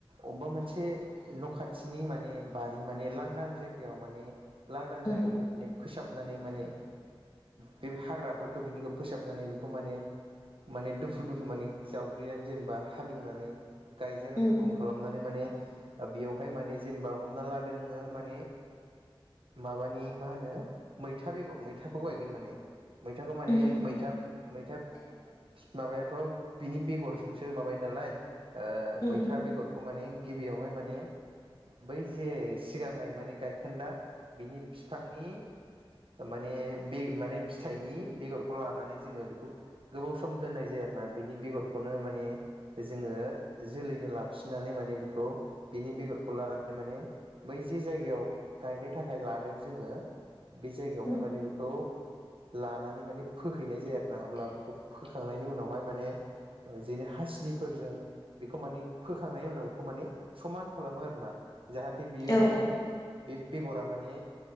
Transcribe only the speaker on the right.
अबेबा मोनसे न' खा थिनि माने बारि माने लांदां जायगायाव माने लांदां
जायगाखौ माने फोसाबनानै माने बेफ हाग्रा फोरखौ बिनिखौ फोसाबनानै बेखौ माने-माने दुफु-दुफु माने जावग्लिनानै जेनेबा हालेवनानै गायजानाय
रोखोम खालामनानै माने ओ बेयावहाय माने जेनेबा हमना लादो नोङो माने माबानि मा होनो मैथा बेगर मैथाखौ गायगोन माने मैथाखौ माने
मैथा-मैथा फि माबायाथ' बिनि बेगरजोंसो माबायो नालाय ओ
मैथा
बेगर खौ माने गिबियावहाय माने बै जे सिगांहाय माने गायखोन्दा बिनि फिफांनि माने बि माने फिथाइनि बेगरखौ लानानै जोङो बेखौ गोबाव सम दोननाय जायो आरोना बिनि बेगरखौनो माने जोङो जोलैनो लाखिनानै माने बेखौ बिनि बेगरखौ लानानै माने बै जे जायगायाव गायनो थाखाय लादों जोङो बे जायगायावहाय
माने बेखौ लानानै माने फोहैनाय जायो अब्ला बेखौ फोखांनायनि उनावहाय माने ओ बिदिनो हासिनिफोरजों बेखौ माने फोखांनायनि उनाव बेखौ माने समान खालामो आरोना। जाहाथे बियो
माने बे बेगरा माने